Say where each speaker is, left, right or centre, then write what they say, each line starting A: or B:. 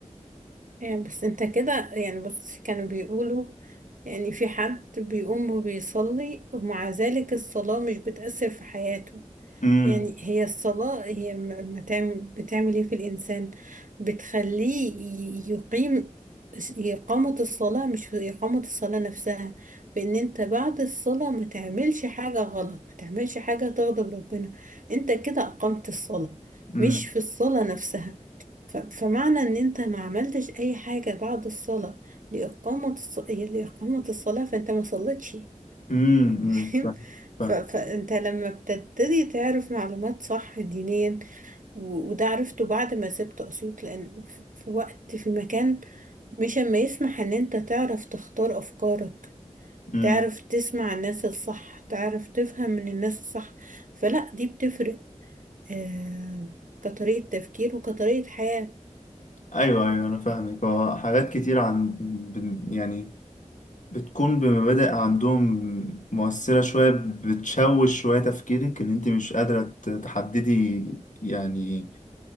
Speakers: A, on the right (about 85°); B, on the left (about 70°).
A: يعني بس انت كده يعني بص كانوا بيقولوا يعني في حد بيقوم وبيصلي ومع ذلك الصلاة مش بتأثر في حياته
B: امم
A: يعني هي الصلاة هي م- بتعمل بتعمل ايه في الإنسان بتخليه ي- يقيم س- إقامة الصلاة مش في إقامة الصلاة نفسها فإن أنت بعد الصلاة ما تعملش حاجة غلط ما تعملش حاجة تغضب ربنا أنت كده أقمت الصلاة
B: امم
A: مش في الصلاة نفسها ف- فمعنى إن أنت ما عملتش أي حاجة بعد الصلاة لإقامة الص... لإقامة الصلاة فأنت ما صليتش
B: امم
A: فاهم
B: فاهم فاهم
A: ف- فانت لما بتبتدي تعرف معلومات صح دينيا و- وده عرفته بعد ما سبت اسيوط لان ف- في وقت في مكان مش اما يسمح ان انت تعرف تختار افكارك
B: امم.
A: تعرف تسمع الناس الصح تعرف تفهم من الناس الصح فلا دي بتفرق آه كطريقة تفكير وكطريقة حياة
B: ايوه ايوه انا فاهمك هو حاجات كتير عن بن- يعني بتكون بمبادئ عندهم مؤثرة شوية بتشوش شوية تفكيرك ان انت مش قادرة ت- تحددي يعني